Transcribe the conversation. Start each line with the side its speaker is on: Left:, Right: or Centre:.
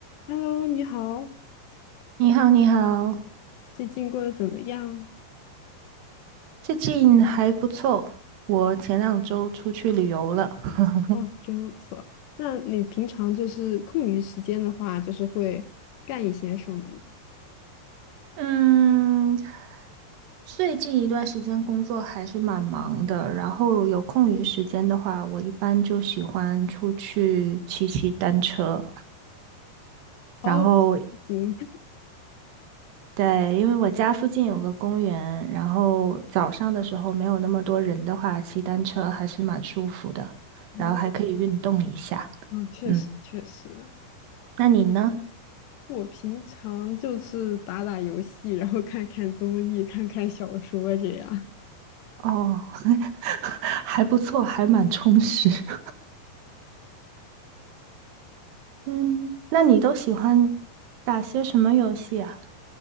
Left: Hello，你好，
Right: 你好，你好，
Left: 最近过得怎么样？
Right: 最近还不错。我前两周出去旅游了。<laughs>
Left: 哦，真不错。那你平常就是空余时间的话，就是会干一些什么呢？
Right: 嗯，最近一段时间工作还是蛮忙的，然后有空余时间的话，我一般就喜欢出去骑骑单车。
Left: 哦，
Right: 然后，
Left: 行，
Right: 对，因为我家附近有个公园，然后早上的时候没有那么多人的话，骑单车还是蛮舒服的，
Left: <laughs>
Right: 然后还可以运动一下。
Left: 哦，嗯，确实确实，
Right: 嗯，那你呢？
Left: 我平常就是打打游戏，然后看看综艺，看看小说这样。
Right: 哦，<laughs> 还不错，还蛮充实。<laughs> 嗯，那你都喜欢打些什么游戏啊？